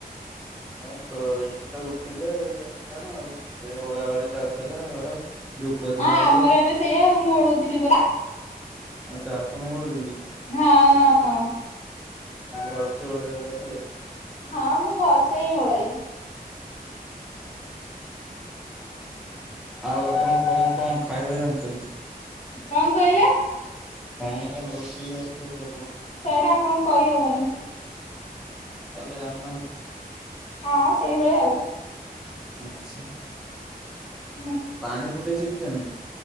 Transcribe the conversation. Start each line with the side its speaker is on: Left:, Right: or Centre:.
Centre: ଏ ଶୋଇକି ତ ଉଠିଲେ ଜାଣ ଆଉ ସେ ଓଳା ଓଳି ଚାଲିଥିଲା ଘର। ଧୂପ ଦିଆ
Left: ହଁ ଆମର
Centre: ହବ
Left: ଏବେ ସେଇୟା ହଉ ମୁଁ ଓଳଉଥିଲି ପରା।
Centre: ଆଚ୍ଛା ଆପଣ କଣ କରୁଛନ୍ତି?
Left: ହଁ।
Centre: <unintelligible>
Left: ହଁ ମୁଁ ଭଲସେ ହିଁ ଓଳାଏ।
Centre: ଆଉ ଆପଣ କଣ କଣ ଖାଇବା ଜାଣିଛନ୍ତି?
Left: କଣ କହିଲ?
Centre: କଣ କଣ ରୋଷେଇ ଜାଣିଛନ୍ତି ଆପଣ?
Left: ସେଇଟା ଆପଣଙ୍କୁ କହିହବନି।
Centre: ତାହଲେ ଜାଣିନାହାନ୍ତି କେମିତି?
Left: ହଁ ସେଇଭଳିଆ ଆଉ।
Centre: ଆଚ୍ଛା।
Left: ହୁଁ।
Centre: ପାଣି ଫୁଟେଇ ଶିଖିଛ ନା?